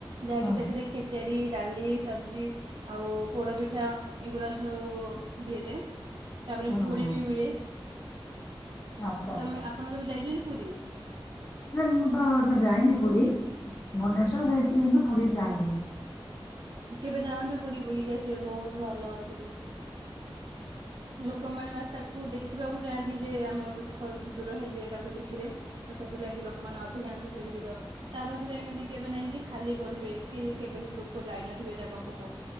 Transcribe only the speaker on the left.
ହୁଁ
ହୁଁ
ଆଚ୍ଛା ଆଚ୍ଛା
ନାଇଁ ମୁଁ ତ ଏବର୍ଷ ଯାଇନି ପୁରୀ ଭୁବନେଶ୍ବର ଯାଇଥିଲି
କିନ୍ତୁ ପୁରୀ ଯାଇନିଁ।